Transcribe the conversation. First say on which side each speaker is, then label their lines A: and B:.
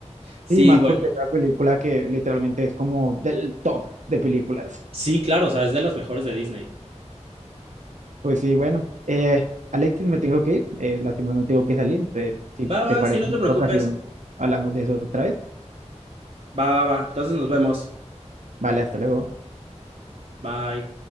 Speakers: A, on the right; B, on the right.
A: Sí,
B: Sí, más
A: bueno.
B: porque es la película que literalmente es como del top de películas.
A: Sí, claro, o sea, es de las mejores de Disney.
B: Pues sí, bueno. Eh, Alexis, me tengo que ir. Eh, lastimosamente tengo que salir. Entonces, si
A: Va,
B: te
A: va,
B: parece
A: sí, no
B: en
A: te
B: otra
A: preocupes.
B: ocasión, hablamos de eso otra vez.
A: Va, va, va. Entonces nos vemos.
B: Vale, hasta luego.
A: Bye.